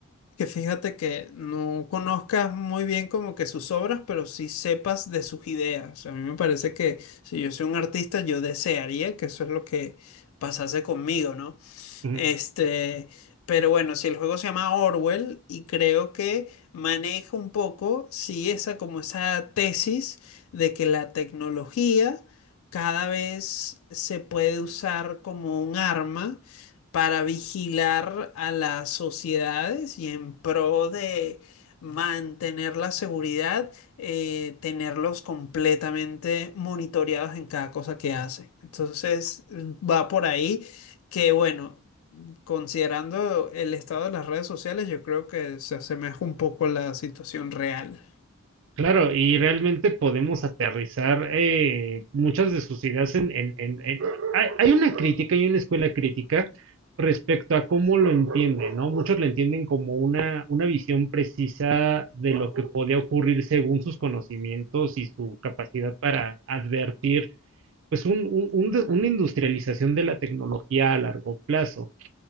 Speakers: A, on the left (about 70°); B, on the right (about 55°).
A: que fíjate que no conozcas muy bien como que sus obras, pero sí sepas de sus ideas. A mí me parece que si yo soy un artista, yo desearía que eso es lo que pasase conmigo, ¿no?
B: Ujú.
A: Este, pero bueno, si el juego se llama Orwell y creo que maneja un poco, sí, esa como esa tesis de que la tecnología cada vez se puede usar como un arma para vigilar a las sociedades y en pro de mantener la seguridad, eh, tenerlos completamente monitoreados en cada cosa que hacen. Entonces, va por ahí que bueno. Considerando el estado de las redes sociales, yo creo que se asemeja un poco a la situación real.
B: Claro, y realmente podemos aterrizar eh, muchas de sus ideas en... en- en- en- Hay, hay una crítica, hay una escuela crítica respecto a cómo lo entienden, ¿no? Muchos lo entienden como una, una visión precisa de lo que podía ocurrir según sus conocimientos y su capacidad para advertir, pues, un- un- un de- una industrialización de la tecnología a largo plazo.